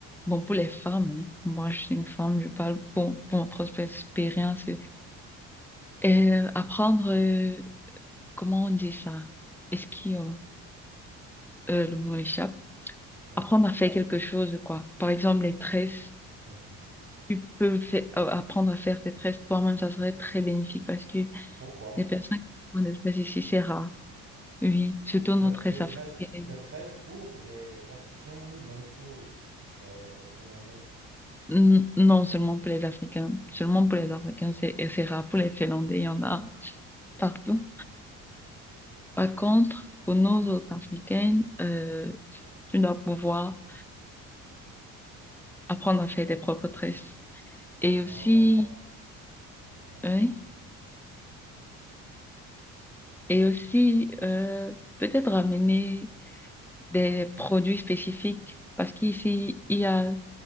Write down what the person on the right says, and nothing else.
Mhm.
Mhm.
Pourquoi?
Mais
détresse,
détresse pour des Africains ou même pour euh, des Finlandaises.
Oh, je vois.